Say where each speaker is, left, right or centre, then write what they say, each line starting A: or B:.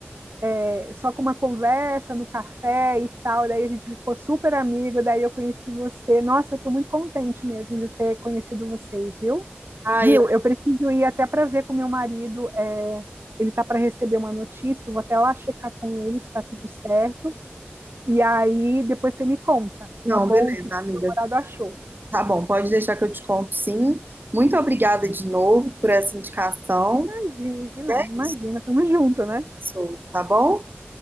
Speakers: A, on the right; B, on the right.
A: é, só com uma conversa no café e tal, daí a gente ficou super amigo, daí eu conheci você. Nossa, eu tô muito contente mesmo de ter conhecido vocês, viu?
B: ai,
A: Viu?
B: eu...
A: Eu preciso ir até para ver com meu marido, é, ele tá para receber uma notícia, eu vou até lá checar com ele se tá tudo certo, e aí depois você me conta,
B: Não,
A: tá bom?
B: beleza,
A: O que que seu
B: amiga.
A: namorado achou?
B: Tá bom, pode deixar que eu te conto, sim. Muito obrigada de novo por essa indicação.
A: Imagina,
B: E é
A: imagina,
B: isso,
A: tamo junto, né?
B: pessoal, tá bom?